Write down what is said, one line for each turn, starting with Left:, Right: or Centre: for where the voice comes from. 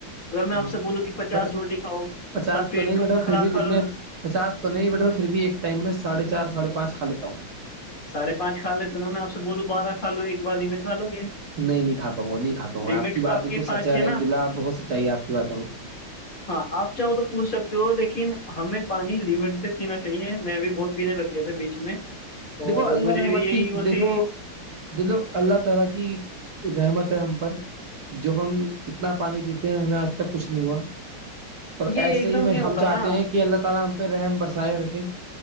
Left: اگر میں
Right: ہ
Left: آپ سے بولوں کہ پچاس
Right: بٹ
Left: روٹی کھاؤ
Right: پچاس
Left: پر پیٹ
Right: نہیں
Left: تو
Right: بیٹا
Left: خراب
Right: پھر بھی دن
Left: پھل ہو
Right: میں پچاس تو نہیں بیٹا پھر بھی ایک ٹائم میں ساڑھے چار ساڑھے پانچ کھا لیتا ہوں
Left: ساھے پانچ کھا لیتے نا میں آپ سے بولوں بارہ کھ لو ایک بار ہی میں کا لو گے
Right: نہیں نہیں کھا پاؤا نہیں کھاؤںا
Left: لمٹ
Right: آپ کی
Left: تو
Right: بات بالکل سچ
Left: پانچ
Right: ہے الحمد
Left: نا
Right: للہ بہت سچائیے آپ کی باتوں میں
Left: ہاں آپ چاہو تو پوچھ سکتے ہو لیکن ہمیں پانی لمٹ سے پینا چاہیے میں بھی بہت پینے لگ یہ تھے بیچ میں اور
Right: دیکھو اللہ
Left: مجھے
Right: رحمت
Left: بھی یہی
Right: کی
Left: وہ
Right: دیکھو
Left: تھی
Right: د اللہ تعالی کی رحمت ہے ہم پر جو ہم اتنا پانی پیتے ہیں ہمیں آج تک کچھ نہیں ہوا اور
Left: یہ
Right: ایسے
Left: ایک
Right: ہی
Left: دم نہیں
Right: میں
Left: ہوتا
Right: ہم چاہتے
Left: نا
Right: ہیں کہ اللہ تعالی ہم پہ رحم برسائے رکھیں